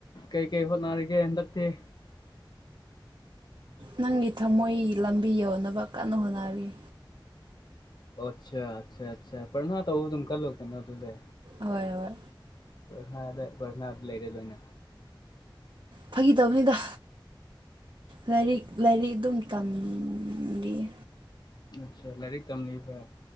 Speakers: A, on the left; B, on the right.
A: ꯀꯩꯀꯩ ꯍꯣꯠꯅꯔꯤꯒꯦ ꯍꯟꯗꯛꯇꯤ
B: ꯅꯪꯒꯤ ꯊꯃꯣꯏ ꯂꯝꯕꯤ ꯌꯧꯅꯕ ꯀꯟꯅ ꯍꯣꯠꯅꯔꯤꯌꯦ
A: ꯑꯣ ꯑꯁꯥ ꯑꯁꯥ ꯑꯁꯥ <unintelligible> ꯇꯧꯕ ꯑꯗꯨꯝ ꯀꯜꯂꯣ ꯀꯩꯅꯣ ꯑꯗꯨꯗꯤ
B: ꯍꯣꯏ ꯍꯣꯏ
A: <unintelligible> ꯄꯔꯅꯥꯗ ꯂꯩꯔꯦꯗꯅ
B: ꯐꯒꯤ ꯇꯧꯕꯅꯤꯗ ꯂꯥꯏꯔꯤꯛ ꯂꯥꯏꯔꯤꯛ ꯑꯗꯨꯝ ꯇꯝꯂꯤꯌꯦ
A: ꯑꯠꯁꯥ ꯂꯥꯏꯔꯤꯛ ꯇꯝꯂꯤꯕ꯭ꯔꯥ